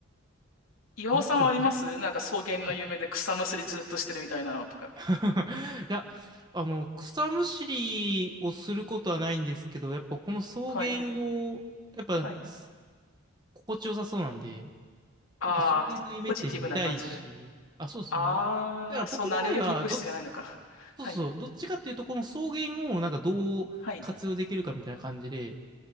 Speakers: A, on the left (about 75°); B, on the right (about 20°).
A: 岩尾さんはありますなんか草原の夢で草むしりずっとしてるみたいなのとか。
B: なんでしょうね。はい <laughs> いや、あの、草むしりをすることはないんですけど、やっぱこの草原を、
A: はい。
B: やっぱす
A: はい。
B: 心地よさそうなんで、
A: ああ、
B: やっぱ草原の夢って見たいし、
A: ポジティブな感じで。
B: あ、そうですね。
A: ああ、
B: だから僕の場合は、
A: そんなアレルギー物質じゃないのか。
B: ど、
A: <laughs>
B: そうそう、
A: はい。
B: どっちかっていうと、この草原をなんかどう活用できるかみたいな感じで、
A: はい。